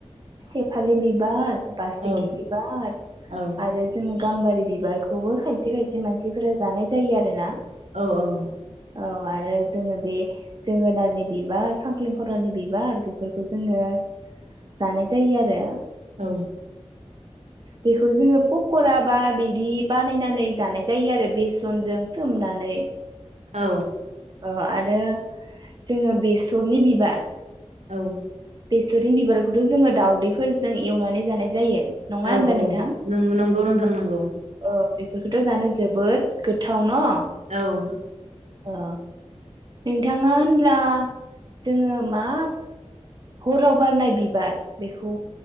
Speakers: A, on the right (about 40°); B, on the right (about 75°).
A: सेफालि बिबार। बासिखि
B: औ
A: बिबार
B: औ
A: आरो जोंनि गाम्बारि बिबारखौबो खायसे खायसे मानसिफोरा जानाय जायो आरो ना।
B: औ औ।
A: औ आरो जोङो बे जोगोनारनि बिबार खांख्लेंखरानि बिबार बेफोरखौ जोङो जानाय जायो आरो।
B: औ।
A: बेखौ जोङो पकरा बा बिदि बानायनानै जानाय जायो आरो बेसनजों सोमनानै।
B: औ।
A: औ आरो जोङो बेसरनि बिबार।
B: औ।
A: बेसरनि बिबारखौथ' जोङो दाावदैफोरजों एवनानै जानाय जायो। नङा
B: औ
A: होनब्ला
B: औ
A: नोंथां
B: नों नंगौ नोंथां नगौ।
A: ओ बेफोरखौथ' जानो जोबोद गोथाव न।
B: औ।
A: ओ नोंथाङा होनब्ला जोङो मा हराव बारनाय बिबार बेखौ